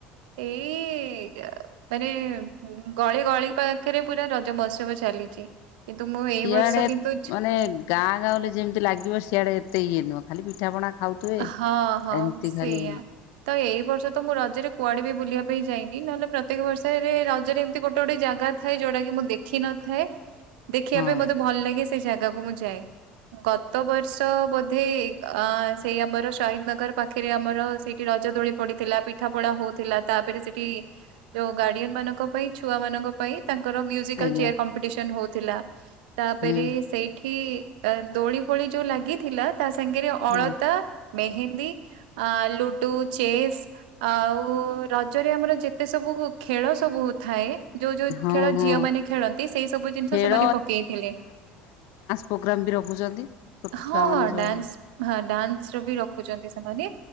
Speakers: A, on the right; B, on the left.
A: ଏଇ ମାନେ ଗଳି ଗଳି ପାଖରେ ପୁରା ରଜ ମହୋତ୍ସବ ଚାଲିଛି କିନ୍ତୁ ମୁଁ
B: ସିଆଡ଼େ
A: ଏଇ ବର୍ଷ କିନ୍ତୁ ଛୁ
B: ମାନେ ଗାଁ ଗାଁ ରେ ଯେମିତି ଲାଗିବ ସିଆଡ଼େ ଏତେ ଇଏ ନୁହଁ ଖାଲି ପିଠାପଣା ଖାଉଥିବେ
A: ହଁ ହଁ
B: ଏମିତି
A: ସେଇଆ।
B: ଖାଲି
A: ତ ଏଇ ବର୍ଷ ତ ମୁଁ ରଜରେ କୁଆଡେ ବି ବୁଲିବା ପାଇଁ ଯାଇନି ନହେଲେ ପ୍ରତ୍ୟେକ ବର୍ଷରେ ରଜରେ ଏମିତି ଗୋଟେ ଗୋଟେ ଜାଗା ଥାଏ ଯୋଉଟା କି ମୁଁ ଦେଖିନ ଥାଏ ଦେଖିବା
B: ହଁ
A: ପାଇଁ ମୋତେ ଭଲ ଲାଗେ ସେ ଜାଗା। ଜାଗାକୁ ମୁଁ ଯାଏ ଗତ ବର୍ଷ ବୋଧେ ଅ ସେଇ ଆମର ଶହିଦି ନଗର ପାଖରେ ଆମର ସେଇଠି ରଜ ଦୋଳି ପଡିଥିଲା ପିଠା ପଣା ହଉଥିଲା ତାପରେ ସେଠି। ଯୋଉ ଗାଡିଆନ ମାନଙ୍କ ପାଇଁ ଛୁଆ ମାନଙ୍କ ପାଇଁ ତାଙ୍କର ମିୟୁଜିକାଲ
B: ଆଜ୍ଞା
A: ଚେୟ କମ୍ପିଟିସନ ହଉଥିଲା ତାପରେ
B: ହୁଁ
A: ସେଇଠି। ତାନ ଦୋଳି ଫୋଳି ଯୋଉ ଲାଗିଥିଲା ତା ସାଙ୍ଗରେ ଅଳତା
B: ହୁଁ
A: ମେହେନ୍ଦୀ। ଆମ ଲୁଡୁ ଚେସ୍। ଆଉ ରଜରେ ଆମର ଯେତେ ସବୁକୁ ଖେଳ ସବୁ ଥାଏ। ଯୋଉ ଯୋଉ
B: ହଁ
A: ଖେଳ
B: ହଁ
A: ଝିଅ ମାନେ ଖେଳନ୍ତି ସେଇ ସବୁ ଜିନିଷ
B: ଖେଳ
A: ସେମାନେ ପକେଇଥିଲେ।
B: ପ୍ରୋଗ୍ରାମ୍ ବି ରଖୁଚନ୍ତି ଛୋଟ
A: ହଁ
B: ଛୁଆମାନେ
A: ହଁ
B: ସବୁ।
A: ଡ୍ୟାନ୍ସ ହଁ ଡାନ୍ସ ର ବି ରଖୁଚନ୍ତି ସେମାନେ।